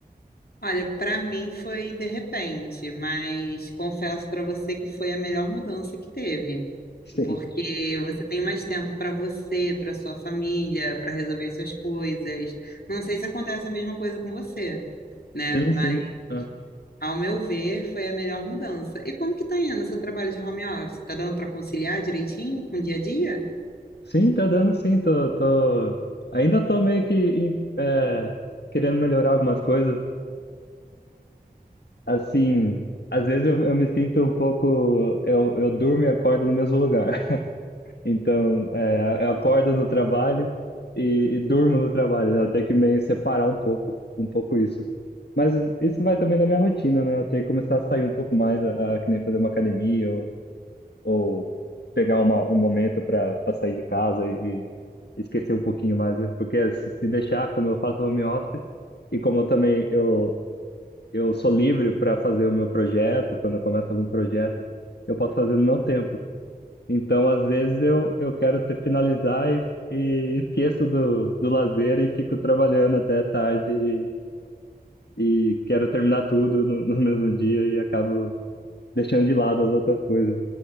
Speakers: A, on the left; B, on the left.
A: Olha, para mim foi de repente, mas confesso para você que foi a melhor mudança que teve,
B: Sim,
A: porque você tem mais tempo para você, para sua família, para resolver suas coisas. Não sei se acontece a mesma coisa com você, né?
B: sim,
A: Mas
B: sim. Ah.
A: ao meu ver, foi a melhor mudança. E como que tá indo o seu trabalho de home office? Tá dando para conciliar direitinho com o dia a dia?
B: Sim, tá dando sim. Tô, tô... Ainda tô meio que em- é, querendo melhorar algumas coisas. Assim, às vezes eu, eu me sinto um pouco. Eu, eu durmo e acordo no mesmo lugar. <laughs> Então, é, eu acordo no trabalho e, e durmo no trabalho, né? Eu tenho que meio separar um pouco, um pouco isso. Mas isso vai também na minha rotina, né? Eu tenho que começar a sair um pouco mais, a, a, que nem fazer uma academia ou, ou pegar uma, um momento para sair de casa e, e esquecer um pouquinho mais. né? Porque se, se deixar, como eu faço home office, e como eu também eu, eu sou livre para fazer o meu projeto, quando eu começo algum projeto, eu posso fazer no meu tempo. Então, às vezes, eu, eu quero te finalizar e, e esqueço do, do lazer e fico trabalhando até tarde e, e quero terminar tudo no, no mesmo dia e acabo deixando de lado as outras coisas